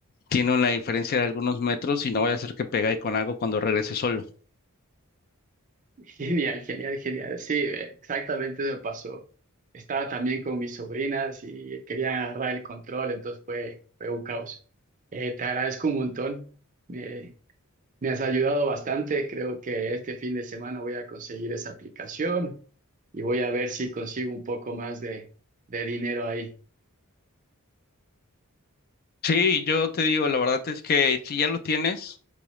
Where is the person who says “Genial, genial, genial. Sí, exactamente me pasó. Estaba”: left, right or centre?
Right